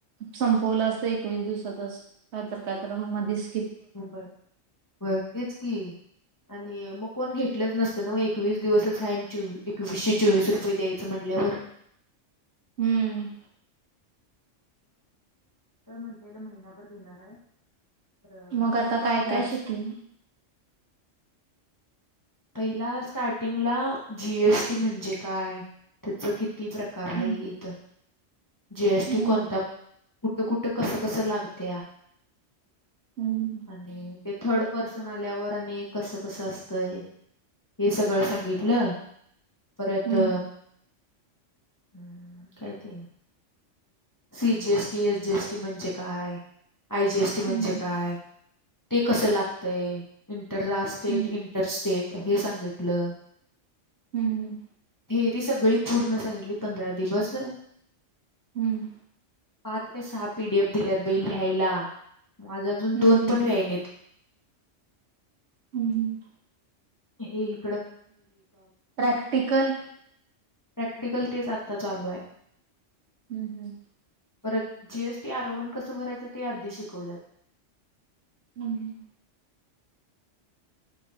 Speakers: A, on the right; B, on the left.
A: संपवलं असत एकवीस दिवसातच कायत कायत मध्येस
B: बर बर तेच की आणि मग कोण घेतलंच नसतं! ना मग एकवीस दिवसच आहे एकवीसशे चोवीस रुपये द्यायचं म्हटलं. <unintelligible>
A: हम्म.
B: तर म्हटलेलं महिनाभर घेणार आहे. तर महिन्यापेक्षा
A: मग आता काय
B: जास्त
A: काय शिकले?
B: पहिला स्टार्टिंगला जीएसटी म्हणजे काय? त्याच कि किती प्रकार
A: हम्म
B: आहे. इथ. जीएसटी
A: हम्म
B: कोणता कुठं कुठं कस कसं लागत.
A: हम्म
B: आणि ते थर्ड पर्सन आल्यावर आणि कसं कसं असतय. हे सगळं सांगितलं. परत
A: हम्म
B: हम्म काय ते सी जीएसटी एस जीएसटी म्हणजे काय आय जीएसटी म्हणजे
A: हम्म
B: काय? ते कसं लागतय इंटरा स्टेट
A: हम्म
B: इंटरस्टेट. हे सांगितलं.
A: हम्म! हम्म!
B: थेरी सगळी पूर्ण सांगितली पंधरा दिवस.
A: हम्म.
B: पाच काही सहा पीडीएफ दिल्यात बाई लिहायला माझ अजून
A: हम्म
B: दोन पण व्यायनेत.
A: हम्म ह!
B: <unintelligible>
A: प्रॅक्टिकल
B: प्रॅक्टिकल तेच आता चालू आहे.
A: हम्म हम्म!
B: परत G S T R one कसं भरायचं ते आधी शिकवल्यात.
A: हम्म!